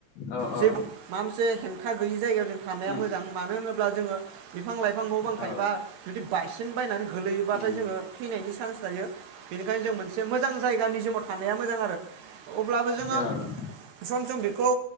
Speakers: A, on the left; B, on the right.
A: औ
B: जे
A: औ
B: माबा मोनसे हेंथा गैयि जायगायाव जों थानाया
A: उम
B: मोजां मानो होनोब्ला जोङो बिफां लाइफां न' बां
A: औ
B: थायोबा जुदि बायसेन बायनानै गोलैयोबाथाय
A: उम
B: जोङो थैनायनि चान्स थायो बेनिखायनो जों मोनसे मोजां जायगानि समाव थानाया मोजां आरो अब्लाबो जोङो
A: ओं ओं
B: सम सम बेखौ